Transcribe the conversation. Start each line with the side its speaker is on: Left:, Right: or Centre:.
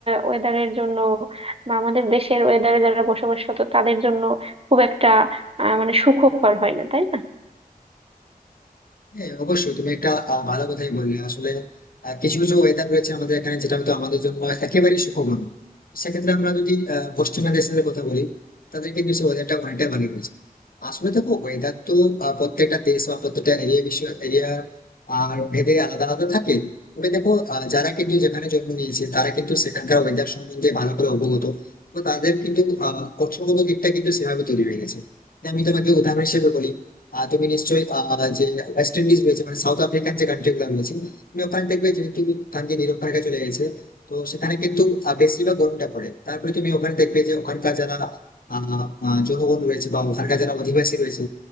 Right: ওয়েদারের জন্য বা আমাদের দেশের ওয়েদারে যারা বসবাসরত তাদের জন্য খুব একটা আহ মানে সুখকর হয় না তাই না
Left: হ্যাঁ অবশ্যই তুমি একটা আহ, ভালো কথাই বললে আসলে আহ, কিছু কিছু ওয়েদার রয়েছে আমাদের এখানে যেটা হয়তো আমাদের জন্য একেবারেই সুখবর নয়। সেক্ষেত্রে আমরা যদি আহ, পশ্চিমা দেশের কথা বলি তাদের কিন্তু সেই ওয়েদারটা অনেকটাই ভালো রয়েছে আসলে দেখো ওয়েদার তো আহ, প্রত্যেকটা দেশ বা প্রত্যেকটা এরিয়া বিশ্ব এরিয়া আর ভেদে আলাদা আলাদা থাকে তবে দেখো আহ, যারা কিন্তু যেখানে জন্ম নিয়েছে তারা কিন্তু সেখানকার ওয়েদার সম্বন্ধে ভালো করে অবগত তো তাদের কিন্তু আহ কৌশলগত দিকটা কিন্তু সেভাবে তৈরি হয়ে গেছে আমি তোমাকে উদাহরণ হিসেবে বলি আহ, তুমি নিশ্চয়ই আহ, যে ওয়েস্ট ইন্ডিজ রয়েছে মানে সাউথ আফ্রিকান যে কান্ট্রি গুলো রয়েছে তুমি ওখানে দেখবে যেহেতু গান্ধী নিরক্ষরেখা চলে গেছে তো সেখানে কিন্তু আহ, বেশিরভাগ গরমটা পড়ে তারপরে তুমি ওখানে দেখবে যে ওখানকার যারা আহ আহ, জনগণ রয়েছে বা ওখানকার যারা অধিবাসী রয়েছে